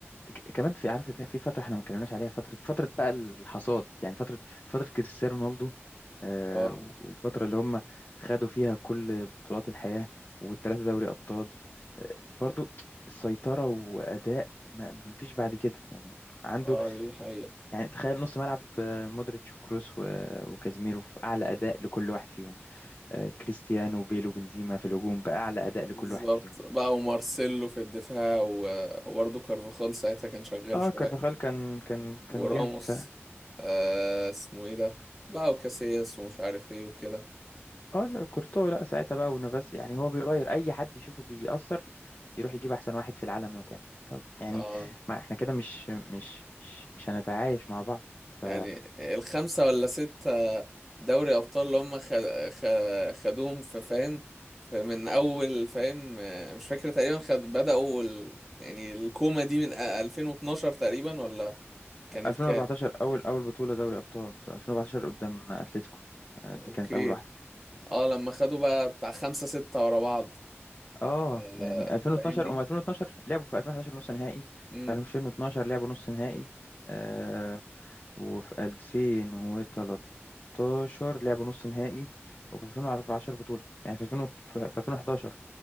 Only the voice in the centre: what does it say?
اه
اه دي حقيقة
بالظبط
بقى ومارسيلو في الدفاع و- وبرضه كارفاخال ساعتها كان شغال
شوية
وراموس
آه اسمه ايه ده بقى وكاسياس ومش عارف ايه وكده
اه
يعني الخمسة ولا ستة دوري أبطال اللي هم خ... خ... خدوهم في فاهم فمن أول فاهم آه، مش فاكر تقريبا خد بدأوا ال... يعني الكومة دي من 2012 تقريبا ولا كانت
كام؟
اوكي
اه لما خدوا بقى بتاع خمسة ستة ورا بعض
آه،
فاهمني
امم